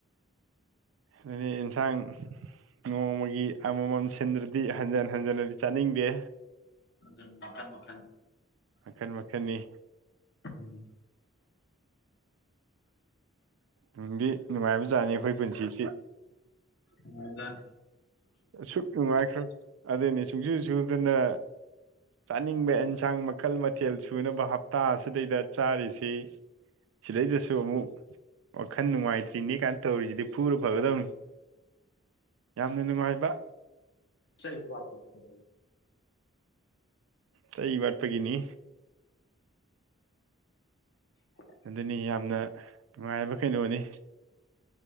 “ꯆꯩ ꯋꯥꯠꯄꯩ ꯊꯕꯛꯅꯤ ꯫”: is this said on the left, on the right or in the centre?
Left